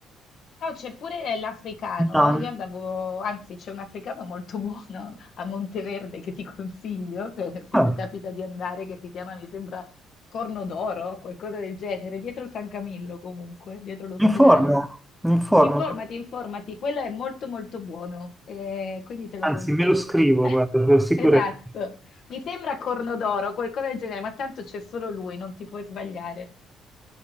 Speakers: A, on the left (about 55°); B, in the centre.
A: No, c'è pure l'africano.
B: No,
A: Io andavo, anzi, c'è un africano molto <laughs> buono a Monteverde che ti consiglio se, se
B: eh,
A: ti capita di andare, che si chiama, mi sembra, Corno d'Oro, qualcosa del genere, dietro San Camillo comunque, dietro l'ospedale.
B: mi informo, mi informo.
A: Informati, informati, quello è molto molto buono, eh, quindi te lo
B: Anzi,
A: consiglio.
B: me lo scrivo,
A: <laughs>
B: guarda, per sicurezza.
A: Esatto, mi sembra Corno d'Oro, qualcosa del genere, ma tanto c'è solo lui, non ti puoi sbagliare.